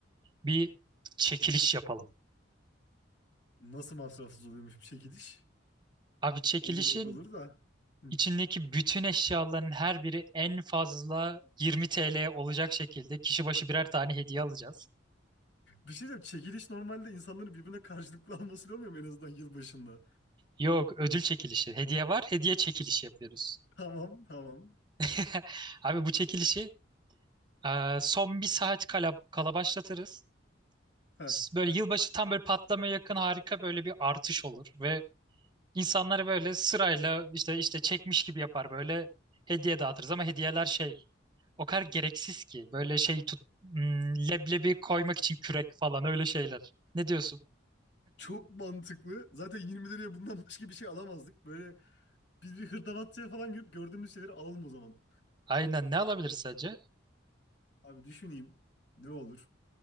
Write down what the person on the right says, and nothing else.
bir çekiliş yapalım.
Abi çekilişin
İçindeki bütün eşyaların her biri en fazla 20 TL olacak şekilde kişi başı birer tane hediye alacağız.
Yok, ödül çekilişi. Hediye var, hediye çekilişi yapıyoruz.
<laughs> Abi bu çekilişi e, son bir saat kala, kala başlatırız.
S- Böyle yılbaşı tam böyle patlamaya yakın harika böyle bir artış olur ve insanları böyle sırayla işte işte çekmiş gibi yapar böyle hediye dağıtırız ama hediyeler şey O kadar gereksiz ki. Böyle şey tut hmm, leblebi koymak için kürek falan öyle şeyler. Ne diyorsun?
Aynen ne alabiliriz sence?